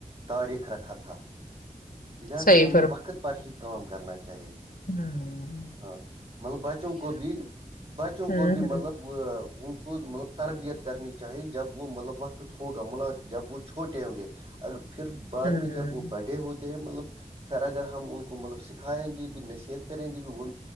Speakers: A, on the right; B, on the left.
A: تاریخ رکھا تھالہذا
B: صحیح
A: ہمیں وقت پر ہی کام کرنا چاہیے
B: ہاں
A: ہاں مطلب بچوں کو بھی بچوں
B: ہوں
A: کو بھی
B: ہوں
A: مطلب کو مطلب تربیت کرنی چاہیے جب وہ مطلب وقت ہوگا ملا جب وہ چھوٹے ہوں گے اگر پھر بعد میں
B: ہوں
A: جب وہ بڑے ہوتے ہیں مطلب پھر اگر ہم ان کو مطلب سکھائیں گے بھی نصیحت کریں گے بھی وہ